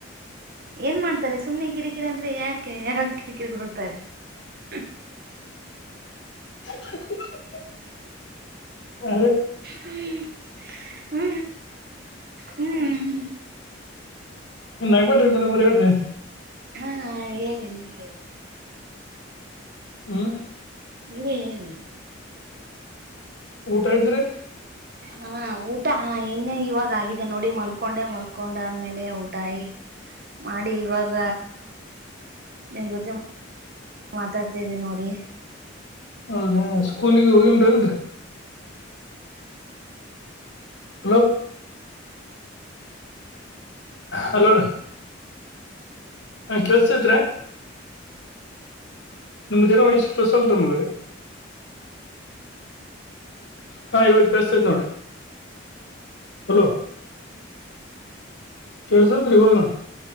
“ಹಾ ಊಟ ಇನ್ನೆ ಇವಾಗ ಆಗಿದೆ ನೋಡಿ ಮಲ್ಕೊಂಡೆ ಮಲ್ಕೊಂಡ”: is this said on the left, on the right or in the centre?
Right